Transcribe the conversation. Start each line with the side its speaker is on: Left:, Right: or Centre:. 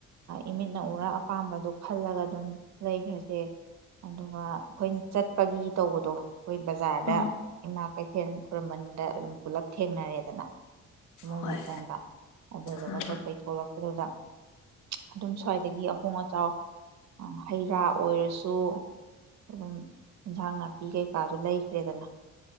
Right: ꯏꯃꯤꯠꯅ ꯎꯔ ꯑꯄꯥꯝꯕꯗꯣ ꯈꯜꯂꯒ ꯑꯗꯨꯝ ꯂꯩꯒ꯭ꯔꯖꯦ ꯑꯗꯨꯒ ꯑꯩꯈꯣꯏꯅ ꯆꯠꯄꯒꯤ ꯇꯧꯕꯗꯣ ꯈꯣꯏ ꯕꯖꯥꯔꯗ
Left: ꯑꯥ
Right: ꯏꯃꯥ ꯈ꯭ꯋꯥꯏꯔꯝꯕꯟꯗ ꯑꯗꯨꯝ ꯄꯨꯂꯞ ꯊꯦꯡꯅꯔꯦꯗꯅ ꯁꯥꯃꯨ
Left: ꯍꯣꯏ
Right: ꯃꯈꯣꯡꯗ ꯑꯗꯨꯗꯨꯒ
Left: ꯑꯥ
Right: ꯆꯠꯄꯩ ꯊꯣꯛꯂꯛ ꯑꯗꯨꯗ ꯑꯗꯨꯝ ꯁ꯭ꯋꯥꯏꯗꯒꯤ ꯑꯍꯣꯡ ꯑꯆꯥꯎ ꯍꯩ ꯔꯥ ꯑꯣꯏꯔꯁꯨ ꯑꯗꯨꯝ ꯑꯦꯟꯖꯥꯡ ꯅꯥꯄꯤ ꯀꯩꯀꯥꯗꯣ ꯂꯩꯈ꯭ꯔꯦꯗꯅ